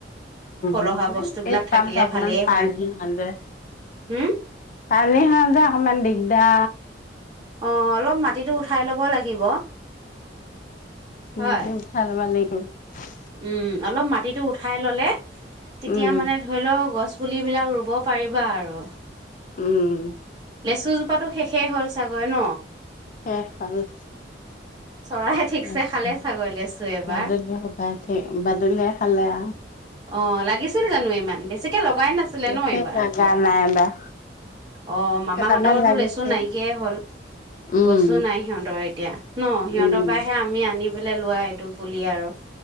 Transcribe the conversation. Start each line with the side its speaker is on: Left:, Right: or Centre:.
Right: ফলহা
Left: উম
Right: বস্তুবিলাক
Left: টেষ্ট
Right: থাকিলে
Left: পাম অকমান
Right: ভালেই
Left: পানী
Right: হয়
Left: হলে
Right: হুম
Left: পানী হলে অকমান দিগ দা
Right: অ অলপ মাটিটো উঠাই লব লাগিব। হয়
Left: মানে চাল ভালাগ <inaudible> হয় <inaudible>
Right: উম, অলপ মাটিিতটো উঠাই ললে। তেতিয়া
Left: উম,
Right: মানে ধৰি লও, গছ পুলিবিলাক ৰুব পাৰিবা আৰু।
Left: উম।
Right: লেচু জোপাতো শেষেই হ'ল চাগৈ ন।
Left: আহ খালোঁ।
Right: চৰাই
Left: <unintelligible>
Right: ঠিকছে খালে চাগৈ লেচু এবাৰ
Left: বাদল-সবাই বাদুলিয় খালে আৰু।
Right: অ, লাগিছিল জানো ইমান। বেছি <inaudible> লিচু লগাই নাছিলে
Left: বেছি
Right: ন এইবাৰ
Left: লাগা নাই এইবাৰ।
Right: অ, মামাহতৰতো
Left: কেইটামান লাগিছিল
Right: লেচু নাইকিয়াই হ'ল।
Left: উম
Right: গছো নাই সিহঁতৰ এতিয়া ন। সিহঁতৰ
Left: উম
Right: পৰাহে আমি আনি পলে লোৱা এইটো পুলি আৰু।